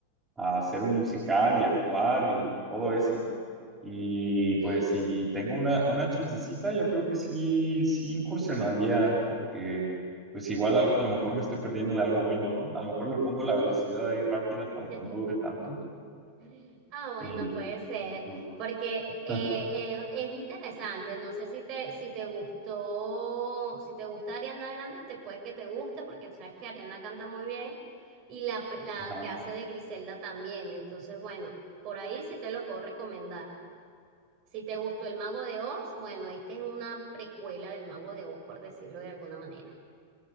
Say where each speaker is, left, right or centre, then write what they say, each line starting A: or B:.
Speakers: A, on the right; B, on the right.
A: a hacer un musical y actuar y todo eso. Y pues
B: Sí.
A: si tengo una, una chancecita, yo creo que sí, sí incursionaría, porque pues igual a lo mejor me estoy perdiendo de algo bueno, ¿no? A lo mejor le pongo la velocidad ahí rápida para
B: <laughs>
A: que no dure tanto.
B: Ah, bueno,
A: Y,
B: puede
A: y-
B: ser, porque eh,
A: <laughs>
B: eh, es interesante. No sé si te, si te gustó, si te gusta Ariana Grande, te puede que te guste, porque sabes que Ariana canta muy bien y la, la
A: Ajá.
B: que hace de Griselda también. Entonces, bueno, por ahí sí te lo puedo recomendar. Si te gustó El Mago de Oz, bueno, esta es una precuela del Mago de Oz, por decirlo de alguna manera.